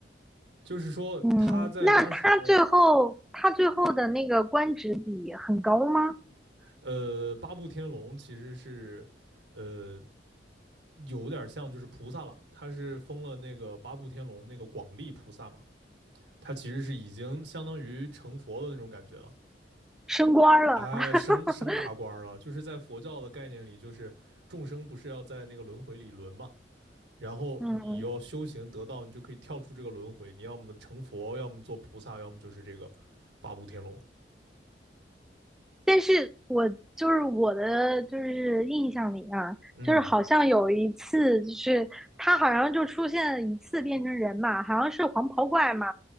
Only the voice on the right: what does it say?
就是说，
他在当时的
呃，八部天龙其实是呃有点像就是菩萨了，他是封了那个八部天龙那个广利菩萨嘛，他其实是已经相当于成佛的那种感觉了。
哎，
升升大官儿了，就是在佛教的概念里，就是众生不是要在那个轮回里轮嘛，然后你要修行得道，
你就可以跳出这个轮回，你要么成佛，要么做菩萨，要么就是这个八部天龙。
嗯。